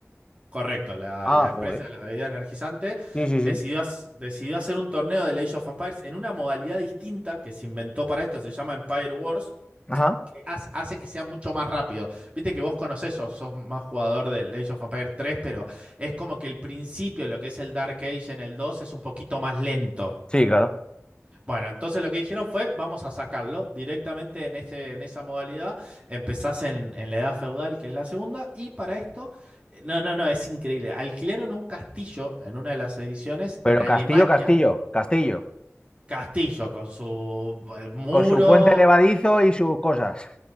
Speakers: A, on the right; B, on the left.
A: Correcto, la,
B: Ah,
A: la empresa
B: joder.
A: de la bebida energizante
B: Sí, sí,
A: decidió,
B: sí.
A: hac- decidió hacer un torneo de Age of Empires en una modalidad distinta que se inventó para esto, se llama Empire Wars,
B: Ajá.
A: que hace, hace que sea mucho más rápido. Viste que vos conocés, sos, sos más jugador del Age of Empires tres, pero es como que el principio, lo que es el Dark Age en el 2, es un poquito más lento.
B: Sí, claro.
A: Bueno, entonces lo que dijeron fue, vamos a sacarlo directamente en, ese, en esa modalidad. Empezás en, en la edad feudal, que es la segunda, y para esto, no, no, no, es increíble. Alquilaron un castillo en una de las ediciones
B: Pero
A: en Alemania,
B: Castillo, Castillo, Castillo.
A: castillo con su eh, muro,
B: Con su puente levadizo y sus cosas.